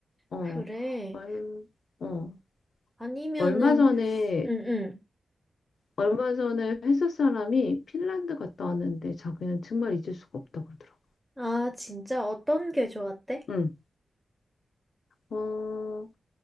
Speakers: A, on the left (about 65°); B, in the centre.
A: 어,
B: 그래.
A: 얼, 어,
B: 아니면은,
A: 얼마 전에
B: 음, 음.
A: 얼마 전에 회사 사람이 핀란드 갔다 왔는데 자기는 정말 잊을 수가 없다고 그러더라고.
B: 아, 진짜? 어떤 게 좋았대?
A: 응. 어,